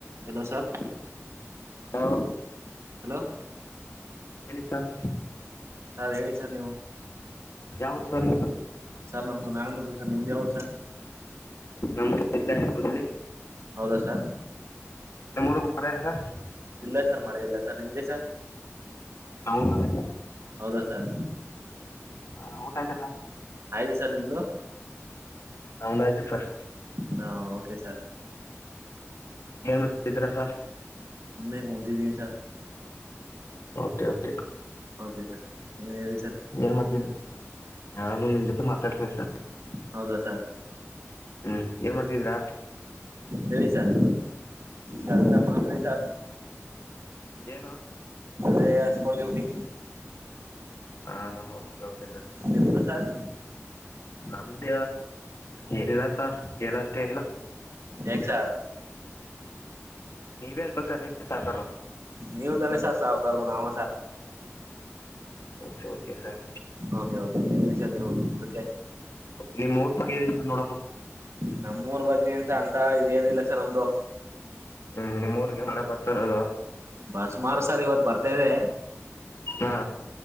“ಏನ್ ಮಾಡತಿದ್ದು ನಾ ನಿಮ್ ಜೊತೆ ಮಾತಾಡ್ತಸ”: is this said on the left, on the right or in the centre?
Left